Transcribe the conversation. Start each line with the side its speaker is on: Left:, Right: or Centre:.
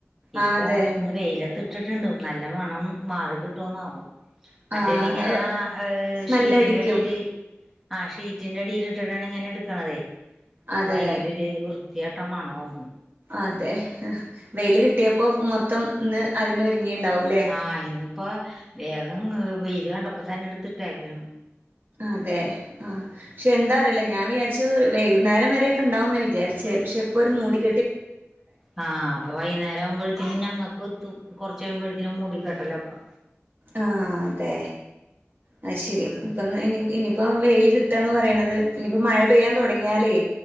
Centre: ഇപ്പൊ
Right: ആഹ് അതെ
Centre: ഇന്ന് വെയില ഇതിട്ടിട്ടുണ്ട് നല്ല മണം മാറി കിട്ടോന്നാവോ മറ്റേത്
Right: ആഹ്
Centre: ഇങ്ങനാ ഏ
Right: സ്മെല്ലടിക്കും
Centre: ഷീറ്റിന്റടിയില് ആ ഷീറ്റിന്റെ അടിൽ ഇട്ടിട്ടാണ് ഇങ്ങനെ എടുക്കണതെ അപ്പോ
Right: അതെ
Centre: ഭയങ്കര ഒരു വൃത്ത് വൃത്തികെട്ട മണവാർന്ന്
Right: അതെ വെയിൽ കിട്ടിയപ്പോ മൊത്തം ഇന്ന് അതിനൊരുങ്ങിണ്ടാവൂല്ലേ
Centre: ആ ഇന്ന് ഇപ്പ വേഗം വെയിൽ കണ്ടപ്പോ തന്നെ എടുത്തിട്ടേക്കാണ്
Right: അതെ ആ പക്ഷെ എന്താ അറിയില്ല ഞാൻ വിചാരിച്ചു വൈകുന്നേരം വരൊക്കെ ഉണ്ടാവുന്നാ വിചാരിച്ചേ പക്ഷെ ഇപ്പോ ഒരു മൂടികെ
Centre: ആ അപ്പൊ വൈന്നേരം ആവുമ്പോഴത്തേനും ഞങ്ങക്ക് കത്തും കൊറച്ച് കഴിയുമ്പഴ്ത്തേനും മൂടിക്കട്ടലാ ഇപ്പൊ
Right: ആ അതെ അത് ശരി
Centre: ഉം
Right: ഇപ്പൊ ഇന്ന് ഇനി ഇനിപ്പ് ഇപ്പൊ വെയിൽ കിട്ടാന്ന് പറയണുന്നത് ഇനിയിപ്പോ മഴ പെയ്യാൻ തുടങ്ങിയാലേ